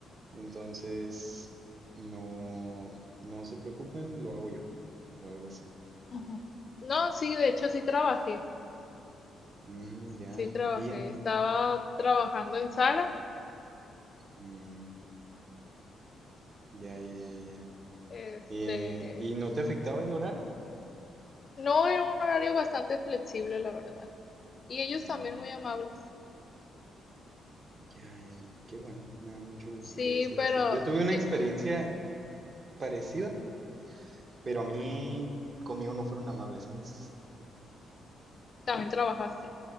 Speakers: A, on the right (about 45°); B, on the left (about 40°).
A: Entonces, no, no se preocupen, lo hago yo. O algo así.
B: Ujú. No, sí, de hecho sí trabajé,
A: Mm, ya.
B: sí trabajé.
A: Y,
B: Estaba trabajando en Sara,
A: mm, ya, ya, ya, ya.
B: este,
A: Eh, ¿y no te afectaba el oral?
B: No, era un horario bastante flexible, la verdad. Y ellos
A: Mm,
B: también muy amables.
A: ya, ya, ya. Qué bueno. Me da mucho gusto
B: Sí,
A: que haya sido
B: pero
A: así. Yo tuve
B: sí,
A: una experiencia parecida, pero a mí, conmigo no fueron amables, ¿sabes?
B: también trabajaste.